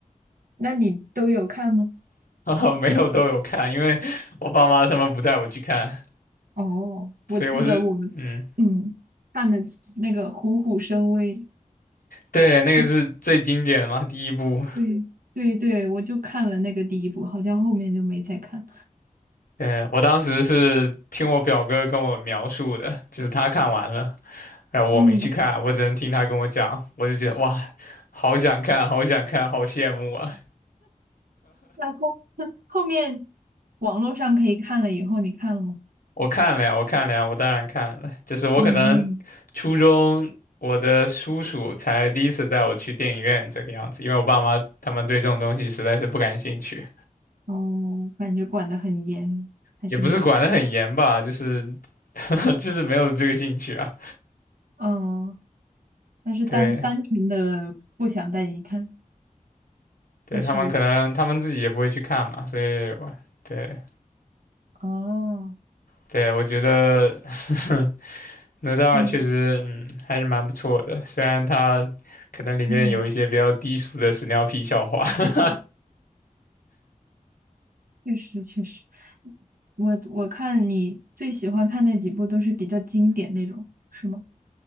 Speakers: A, on the right; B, on the left.
A: 那你都有看吗？
B: <laughs> 哈哈没有都有看，因为我爸妈他们不带我去看，
A: 哦，我记得我，
B: 所以我是，嗯，
A: 嗯，看的那个《虎虎生威》，
B: 对，那个是最经典的嘛，
A: 就
B: 第一部。
A: 对对对，我就看了那个第一部，好像后面就没再看。
B: 对，我当时是听我表哥跟我描述的，就是他看完了，然后我没去看，
A: 嗯，
B: 我只能听他跟我讲，我就觉得哇，好想看，好想看，好羡慕啊！
A: 那后 <laughs> 后面网络上可以看了以后，你看了吗？
B: 我看了呀，我看了呀，我当然看了，就是我可能初中我的叔叔才第一次带我去电影院这个样子，
A: 嗯嗯，
B: 因为我爸妈他们对这种东西实在是不感兴趣，
A: 哦，感觉管得很严，还是没有。
B: 也不是管得很严吧，就是 <laughs> 就是没有这个兴趣啊，
A: 嗯，那是单单纯的不想带你看，
B: 对。对，
A: 还是
B: 他们可能他们自己也不会去看嘛，所以我对
A: 哦，
B: 对，我觉得 <laughs> 哪吒二确实嗯还是蛮不错的，
A: 嗯
B: 虽然它可能里面有一些比较低俗的屎尿屁笑话。
A: 嗯，
B: <laughs>
A: 确实确实，我我看你最喜欢看那几部都是比较经典那种，是吗？